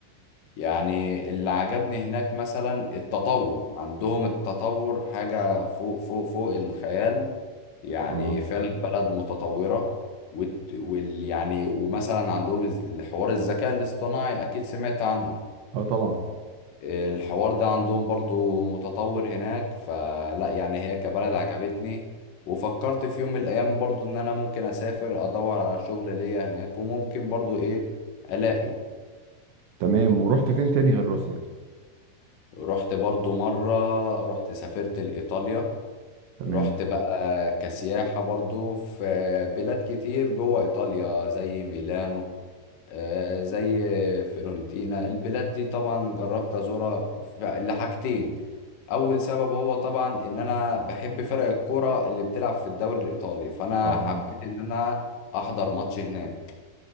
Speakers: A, on the left; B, on the right.
A: يعني اللي عجبني هناك مثلا التطور عندهم التطور حاجة فوق فوق فوق الخيال يعني
B: اه
A: فعلا بلد متطورة وت- وال يعني ومثلا عندهم الز- الحوار الذكاء الاصطناعي أكيد سمعت عنه
B: اه طبعا
A: الحوار ده عندهم برضو متطور هناك فلا يعني هي كبلد عجبتني وفكرت في يوم من الايام برضو ان انا ممكن اسافر ادور على شغل ليا هناك وممكن برضو ايه الاقي
B: تمام ورحت فين تاني غير روسيا
A: رحت برضو مرة رحت سافرت لإيطاليا
B: تمام
A: رحت بقى كسياحة برضو في بلاد كتير جوه إيطاليا زي ميلانو آه، زي فيرونتينا البلاد دي طبعا جربت أزورها في- لحاجتين اول سبب هو طبعا ان انا بحب فرق الكوره اللي بتلعب في الدوري الايطالي فانا
B: اه
A: حبيت ان انا احضر ماتش هناك